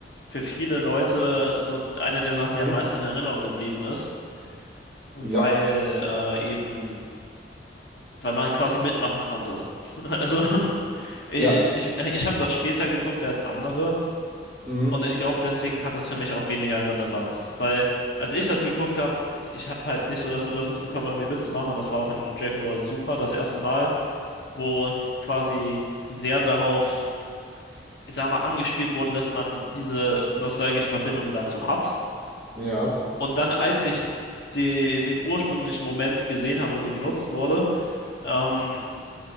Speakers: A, on the left (about 60°); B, in the centre.
A: für viele Leute so eine der Sachen, die
B: Hm?
A: am meisten in Erinnerung geblieben ist, weil
B: Ja,
A: äh, eben, weil man quasi mitmachen konnte. <laughs> Also ich,
B: ja,
A: ich, ich habe das später geguckt als andere
B: mhm.
A: und ich glaube, deswegen hat das für mich auch weniger Relevanz, weil als ich das geguckt habe, ich habe halt nicht so das Bedürfnis bekommen, irgendwie mitzumachen und das war auch in Dragon Ball Super das erste Mal, wo quasi sehr darauf ich sag mal, angespielt wurde, dass man diese nostalgische Verbindung dazu hat.
B: ja.
A: Und dann, als ich die, den ursprünglichen Moment gesehen habe, wo sie genutzt wurde, ähm,